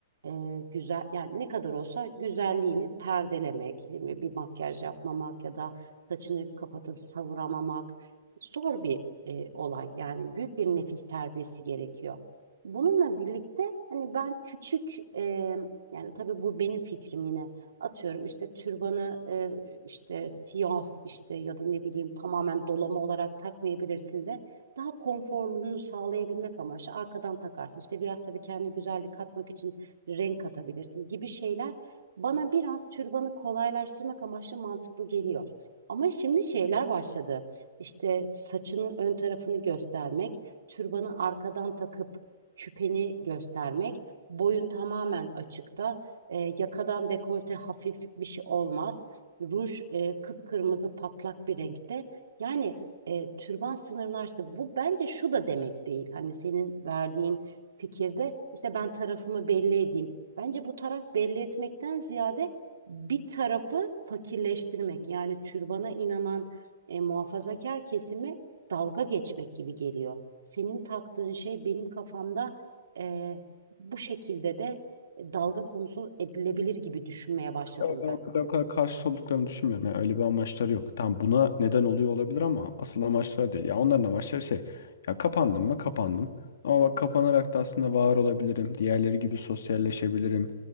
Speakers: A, on the right; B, on the left.
A: e, güzel yani ne kadar olsa güzelliğini perdelemek, değil mi? bir makyaj yapmamak ya da saçını kapatıp savuramamak zor bir e, olay. Yani büyük bir nefis terbiyesi gerekiyor. Bununla birlikte hani ben küçük e, yani tabii bu benim fikrim yine. Atıyorum işte türbanı e, işte siyah işte ya da ne bileyim tamamen dolama olarak takmayabilirsin de daha konforluluğunu sağlayabilmek amaçlı arkadan takarsın. İşte biraz tabii kendi güzellik katmak için renk katabilirsin gibi şeyler bana biraz türbanı kolaylaştırmak amaçlı mantıklı geliyor. Ama şimdi şeyler başladı. İşte saçının ön tarafını göstermek, türbanı arkadan takıp küpeni göstermek, boyun tamamen açıkta. E, yakadan dekolte hafif bir şey olmaz. Ruj e, kıpkırmızı patlak bir renkte. Yani e, türban sınırını aştı. Bu bence şu da demek değil. Hani senin verdiğin fikirde işte ben tarafımı belli edeyim. Bence bu taraf belli etmekten ziyade bir tarafı fakirleştirmek. Yani türbana inanan e, muhafazakar kesimi dalga geçmek gibi geliyor. Senin taktığın şey benim kafamda e, bu şekilde de dalga konusu edilebilir gibi düşünmeye başladım
B: Ya ben
A: ben.
B: o kadar, o kadar karşı olduklarını düşünmüyorum. Yani öyle bir amaçları yok. Tam buna neden oluyor olabilir ama asıl amaçları değil. Ya onların amaçları şey. Ya kapandım mı? Kapandım. Ama bak kapanarak da aslında var olabilirim. Diğerleri gibi sosyalleşebilirim.